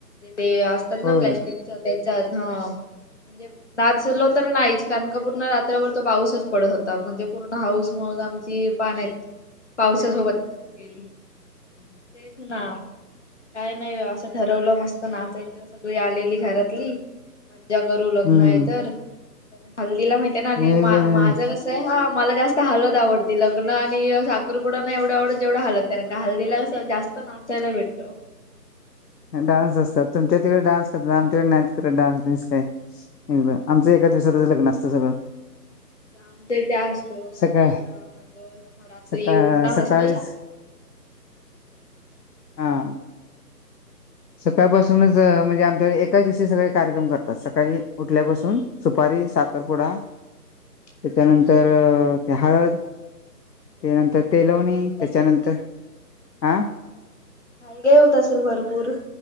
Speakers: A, on the left (about 45°); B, on the left (about 75°).
A: ते असतात ना
B: होय
A: प्लस्टिक च हा म्हणजे नाचलो तर नाहीच कारण का पूर्ण तोवर पाऊसच पडत होता म्हणजे पूर्ण हौसंमौसं आमची, पाण्यात पाऊ त्या सोबत गेली, तेच ना. काय नाही, असं ठरवलं मस्त नाचायचं सगळी आलेली घरातली ज्या घरू लग्न
B: हम्म
A: आहे तर हल्दीला माहिती आहे ना आणि
B: नियोजन
A: अ माझं कसं आहे ह मला जास्त हलद आवडती लग्न आणि अ साखरपुडा एवढ एवढ जेवढं हालद कारण का हळदीला जास्त नाचााला भेटतो.
B: डान्स असतात
A: मग
B: तुमच्या तिकडे डान्स करतात,
A: काय
B: आमच्याकडे नाहीत करत डान्स बी कायं.
A: हा
B: आमचं एकाच दिवसातचं लग्न असतं सगळं.
A: आमच त्या असत साखरपुडा
B: सकाळ
A: मग रात्री
B: सकाळ
A: उठण
B: सकाळीच
A: असतो साखरपुडा.
B: हा. सकाळपासूनच म्हणजे आमच्या व एकाच दिवशी सगळे कार्यक्रम करतात सकाळी उठल्यापासून सुपारी साखरपुडा, त्याच्यानंतर अ ते हळद, त्या नंतर
A: मग
B: ते
A: घाई
B: लवणी
A: काय होत
B: त्याच्यानंतर
A: असत
B: आ
A: घाईघाई होत असेल भरपूर